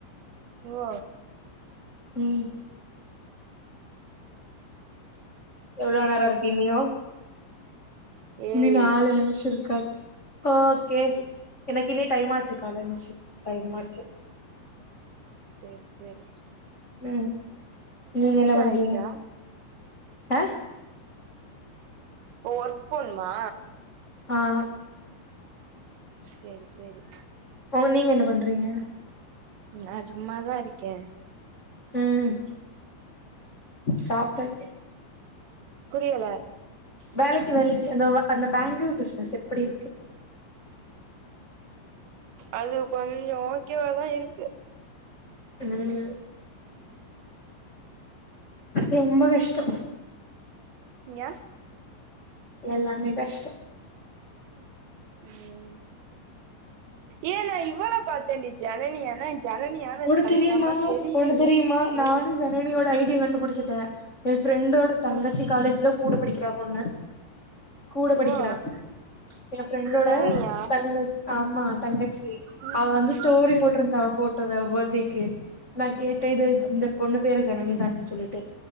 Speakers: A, on the right; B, on the left.
A: ஓ
B: ம் எவ்ளோ நேரோ இருக்கு இன்னியோ
A: ஏய்
B: இனி நாலு நிமிஷோ இருக்காக் ஓகே எனக்கு இனி டைம் ஆச்சு கால்ல ஏன்ச்சு டைம் ஆச்சு
A: செர் செரி
B: ம் நீங்க என்ன பண்றீங்க
A: ஆயிடுச்சா
B: அ
A: ஒ ஒர்க் போன்மா
B: ஆமா
A: சேரி சேரி
B: ஓ நீங்க என்ன பண்றீங்க
A: நா சும்மா தா இருக்கே
B: ம் சாப்டா
A: புரியல
B: வேலைக்கு வேலைக்கு அந்த அந்த பேங்கிள் பிசினஸ் எப்படி இருக்கு
A: அது கொஞ்சோ ஓகே வா தா இருக்
B: ம் ரொம்ப கஷ்டோ
A: ஏ
B: எல்லாமே கஷ்டோ
A: ம்
B: உம்
A: ஏ நா இவள பாத்தேண்டி ஜனனிய ஆனா ஜனனியானு
B: ஒன்னு
A: கன்ஃபாமா
B: தெரியுமா
A: தெரியல
B: ஒன்னு தெரியுமா நானு
A: என்ன
B: ஜனனியோட ஐடிய கண்டுபுடிச்சிட்டே எ ஃப்ரெண்டோட தங்கச்சி
A: ஆ
B: காலேஜ்ல கூட படிக்கிறா பொண்ணு கூட படிக்கிறா
A: ஓ
B: எ ஃபிரெண்டோட
A: ஜனனியா
B: தங்க ஆமா தங்கச்சி
A: ஓ
B: அவ வந்து ஸ்டோரி
A: ம்
B: போட்ருந்தா அவ ஃபோட்டோவ அவ பர்த்டேக்கு நா கேட்டே இது இந்த பொண்ணு பேரு ஜனனிதானே சொல்லிட்டு